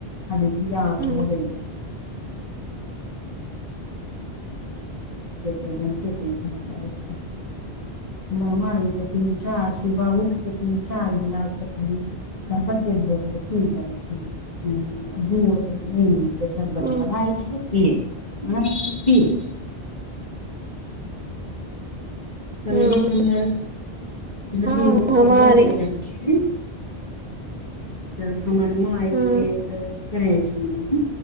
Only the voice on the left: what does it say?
खाली पियाश
लगै। <unintelligible> <unintelligible> <unintelligible> <unintelligible> <unintelligible>
कलहि
हमर भतीजा
के
बर्थडे रहल। तऽ हमर माय
के तऽ कहै छ।